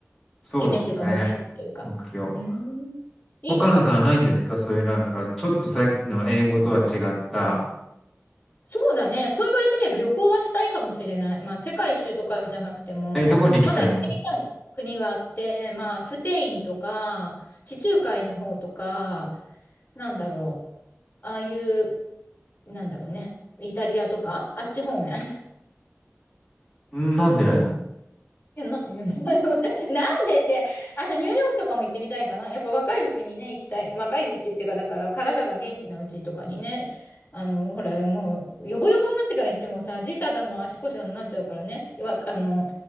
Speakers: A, in the centre; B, on the left (about 40°).
A: そうですね。
B: 夢というか目標というか。
A: 目標。
B: うーん。いいじゃん。
A: 若菜さんはないんですかそういうなんか、ちょっとさっきの英語とは違った、
B: そうだね。そう言われてみれば旅行はしたいかもしれない。まあ、世界一周とかじゃなくても、
A: え、どこに行きたいの
B: まだ行ってみたい国があって、まあ、スペインとか、地中海の方とか、なんだろう。ああいう、なんだろうね。イタリアとか、あっち方面。<laughs>
A: んなんでうん。
B: いや、な、<laughs> なんでって、あとニューヨークとかも行ってみたいかな。やっぱ若いうちにね、行きたい。若いうちっていうか、だから体が元気なうちとかにね、あの、ほら、もう、ヨボヨボになってから行ってもさ、時差だの足腰だのなっちゃうからね、わあの、